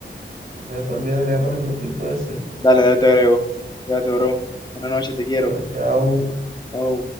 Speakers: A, on the right; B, on the left.
A: se te olvide agregarme al grupito ese.
B: Dale, dale, te agrego. Cuídate, bro. Buenas noches, te quiero.
A: Dale, chao.
B: Chao.